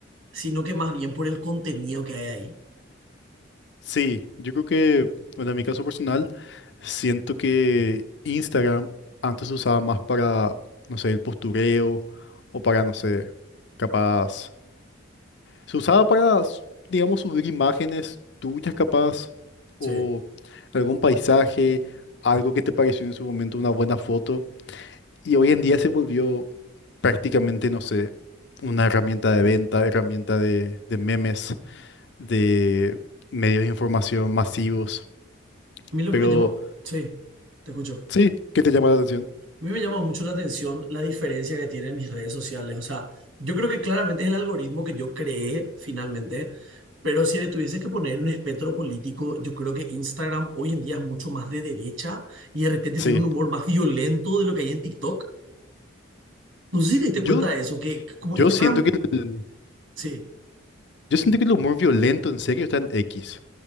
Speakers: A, on the right (about 85°); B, on the left (about 60°).
A: sino que más bien por el contenido que hay ahí.
B: Sí, yo creo que, bueno, en mi caso personal, siento que Instagram antes se usaba más para, no sé, el postureo o para, no sé, capaz Se usaba para, s- digamos, subir imágenes tuyas capaz
A: Sí.
B: o algún paisaje, algo que te pareció en su momento una buena foto. Y hoy en día se volvió prácticamente, no sé, una herramienta de venta, herramienta de, de memes, de medios de información masivos.
A: A mí lo
B: Pero
A: que me llama, sí, te escucho.
B: sí, ¿qué te llama la atención?
A: A mí me llama mucho la atención la diferencia que tienen mis redes sociales. O sea, yo creo que claramente es el algoritmo que yo creé finalmente, pero si le tuvieses que poner un espectro político, yo creo que Instagram hoy en día es mucho más de derecha y de repente
B: Sí.
A: tiene un humor más violento de lo que hay en TikTok. No sé si te diste
B: Yo,
A: cuenta de eso, que como
B: yo
A: Instagram,
B: siento que el,
A: sí.
B: yo siento que el humor violento en serio está en X